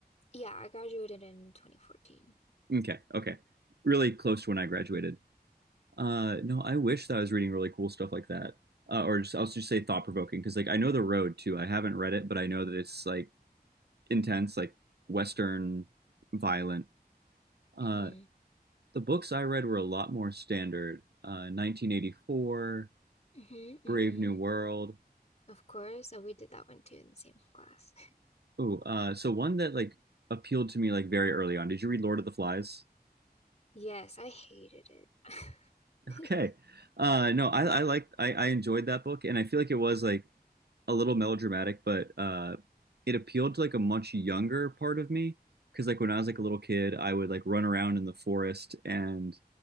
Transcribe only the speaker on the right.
Okay, okay. Really close to when I graduated. Uh no, I wish that I was reading really cool stuff like that. Uh, or just I'll just say thought provoking because like I know The Road too. I haven't read it, but I know that it's like intense, like Western violent. Uh,
the books I read were a lot more standard. Uh, 1984,
Brave
New World.
Ooh, uh, so one that like appealed to me like very early on. Did you read Lord of the Flies? <laughs>
Okay. Uh, no, I, I liked I, I enjoyed that book, and I feel like it was like a little melodramatic, but uh, it appealed to like a much younger part of me because like when I was like a little kid, I would like run around in the forest and